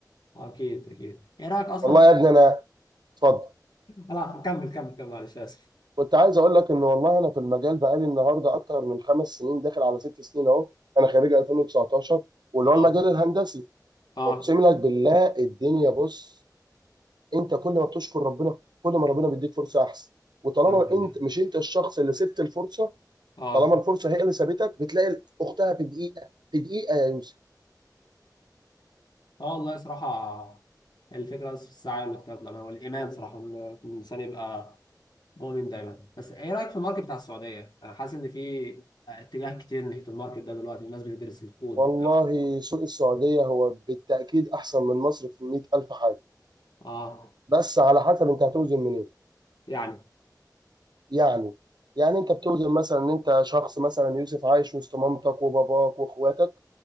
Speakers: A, on the left (about 70°); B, on the right (about 80°).
A: أكيد أكيد إيه رأيك أصلا
B: والله يا ابني انا اتفضل
A: لا كمل كمل كمل معلش آسف
B: كنت عايز اقول لك ان والله انا في المجال بقالي النهارده اكتر من خمس سنين داخل على ست سنين اهو انا خريج 2019 واللي
A: اه
B: هو المجال الهندسي
A: اه
B: اقسم لك بالله الدنيا بص انت كل ما بتشكر ربنا كل ما ربنا بيديك فرصه احسن وطالما
A: كمل
B: انت مش انت الشخص اللي سبت الفرصه
A: اه
B: طالما الفرصه هي اللي سابتك بتلاقي اختها في دقيقه في دقيقه يا يوسف
A: اه والله صراحة الفكرة بس في السعي والاجتهاد والأمل والإيمان صراحة إن إن الإنسان يبقى مؤمن دايما بس إيه رأيك في الماركت بتاع السعودية؟ أنا حاسس إن في اتجاه كتير ناحية الماركت ده دلوقتي والناس بتدرس الكود
B: والله سوق السعوديه هو بالتاكيد احسن من مصر في 100000 حاجه
A: اه
B: بس على حسب انت هتوزن منين
A: يعني
B: يعني يعني انت بتوزن مثلا ان انت شخص مثلا يوسف عايش وسط مامتك وباباك واخواتك